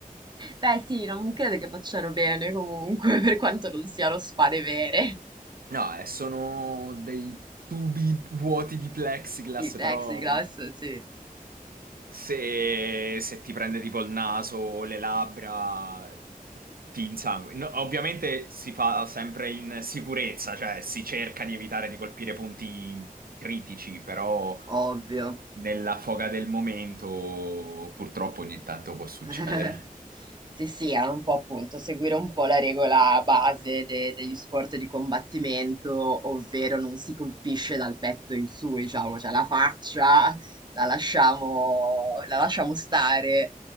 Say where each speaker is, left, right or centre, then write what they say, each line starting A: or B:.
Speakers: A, on the right (about 30°); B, on the right (about 80°).
A: Beh, sì, non credo che facciano bene comunque, per quanto non siano spade vere.
B: No, eh, sono dei tubi vuoti di plexiglass,
A: I plexiglass,
B: però...
A: sì,
B: Se, se ti prende tipo il naso o le labbra, ti insanguina. No, ovviamente si fa sempre in sicurezza, cioè si cerca di evitare di colpire punti critici, però
A: ovvio.
B: nella foga del momento purtroppo ogni tanto può succedere.
A: <laughs> Sì, sì, era un po' appunto seguire un po' la regola base de- degli sport di combattimento, ovvero non si colpisce dal petto in su, diciamo, cioè la faccia la lasciamo, la lasciamo stare